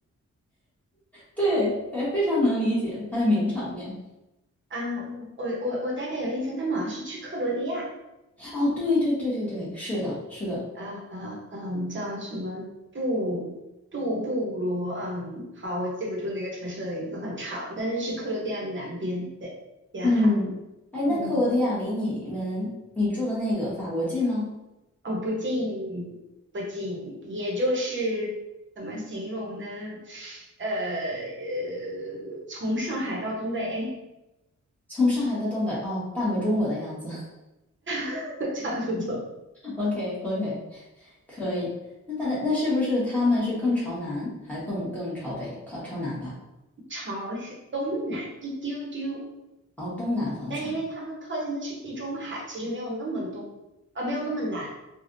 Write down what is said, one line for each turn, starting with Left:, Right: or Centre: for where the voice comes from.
Centre: 对，哎，非常能理解他的名场面。
Right: 啊，嗯我我我大概有印象，他们好像是去克罗地亚，
Centre: 哦，对对对对对，是的，是的，
Right: 啊啊嗯，叫什么布杜布罗，嗯，好，我记不住那个城市的名字，很长，但是是克罗地亚的南边，对，沿海。
Centre: 嗯，哎，那克罗地亚离你们你住的那个法国近吗？
Right: 嗯，哦，不近不近，也就是怎么形容呢？呃，呃从上海到东北，
Centre: 从上海到东北，哦，半个中国的样子。<laughs>
Right: <laughs> 差不多。
Centre: OK OK，可以。那那那是不是他们是更朝南，还更更朝北，靠朝南吧？
Right: 朝西东南一丢丢，
Centre: 朝东南方向。
Right: 但因为他们靠近的是地中海，其实没有那么东，呃，没有那么难。